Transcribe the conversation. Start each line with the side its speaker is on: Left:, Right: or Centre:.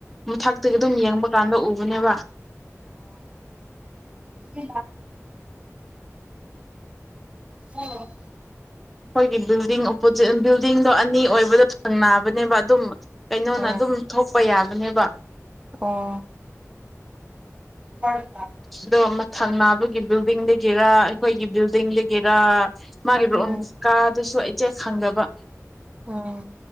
Centre: ꯃꯊꯛꯇꯒꯤ ꯑꯗꯨꯝ ꯌꯦꯡꯕ ꯀꯥꯟꯗ ꯎꯕꯅꯦꯕ꯫
Right: ꯫ ꯎ ꯎ꯫
Centre: ꯑꯩꯈꯣꯏꯒꯤ ꯕꯤꯜꯗꯤꯡ ꯑꯣꯄꯣꯖꯤꯠ ꯕꯤꯜꯗꯤꯡꯗꯣ ꯑꯅꯤ ꯑꯣꯏꯕꯗꯣ ꯊꯪꯅꯕꯅꯦꯕ ꯑꯗꯨꯝ ꯀꯩꯅꯣꯅ
Right: ꯎꯝ
Centre: ꯑꯗꯨꯝ ꯊꯣꯛꯄ ꯌꯥꯕ꯫ ꯃꯕꯅꯦꯕꯥ꯫
Right: ꯑꯣ꯫ ꯍꯣꯏ꯫
Centre: ꯑꯗꯣ ꯃꯊꯪ ꯅꯥꯕꯒꯤ ꯕꯤꯜꯗꯤꯡꯗꯒꯤꯔ ꯑꯩꯈꯣꯏꯒꯤ ꯕꯤꯜꯗꯤꯡꯗꯒꯤꯔ꯫ ꯃꯥꯒꯤ ꯔꯨꯝ
Right: ꯎꯝ
Centre: ꯀꯥ ꯑꯗꯨꯁꯨ ꯑꯩ꯫ ꯆꯦꯛ ꯈꯪꯗꯕ꯫
Right: ꯑꯣ꯫